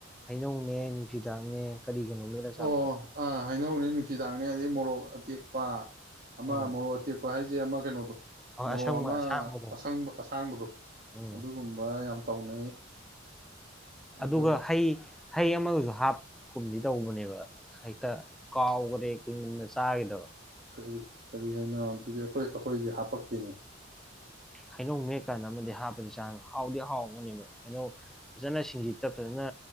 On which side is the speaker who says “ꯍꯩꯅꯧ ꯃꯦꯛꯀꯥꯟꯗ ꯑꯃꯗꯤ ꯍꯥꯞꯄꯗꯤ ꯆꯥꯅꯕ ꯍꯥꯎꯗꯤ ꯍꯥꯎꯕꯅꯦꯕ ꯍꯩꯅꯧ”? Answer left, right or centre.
Centre